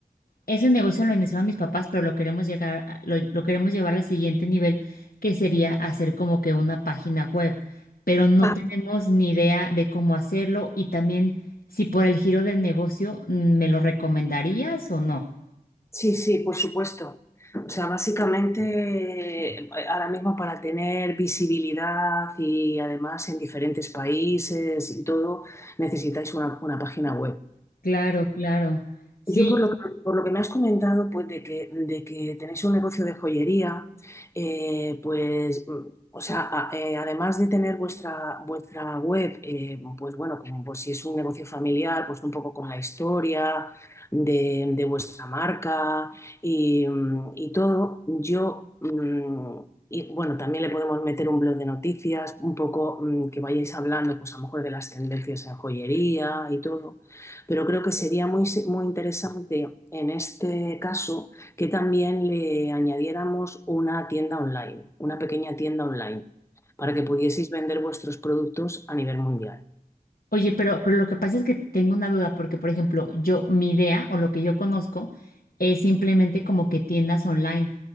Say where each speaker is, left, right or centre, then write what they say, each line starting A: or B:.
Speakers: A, on the left; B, on the left.
A: ese negocio lo iniciaron mis papás, pero lo queremos llegar, a- lo, lo queremos llevar al siguiente nivel, que sería hacer como que una página web. Pero no
B: Ah,
A: tenemos ni idea de cómo hacerlo y también si por el giro del negocio, mm, ¿me lo recomendarías o no?
B: sí, sí, por supuesto. O sea, básicamente eh, ahora mismo para tener visibilidad y además en diferentes países y todo, necesitáis una, una página web.
A: Claro, claro. Sí,
B: Yo por lo que, por lo que me has comentado, pues de que, de que tenéis un negocio de joyería, eh, pues, mm, o sea, a- eh, además de tener vuestra, vuestra web, eh, pues bueno, como pues si es un negocio familiar, pues un poco con la historia de, de vuestra marca y, mm, y todo, yo, mm, y bueno, también le podemos meter un blog de noticias, un poco, mm, que vayáis hablando, pues a lo mejor de las tendencias en joyería y todo. Pero creo que sería muy, se- muy interesante en este caso que también le añadiéramos una tienda online, una pequeña tienda online, para que pudieseis vender vuestros productos a nivel mundial.
A: Oye, pero, pero lo que pasa es que tengo una duda, porque por ejemplo, yo, mi idea o lo que yo conozco es simplemente como que tiendas online.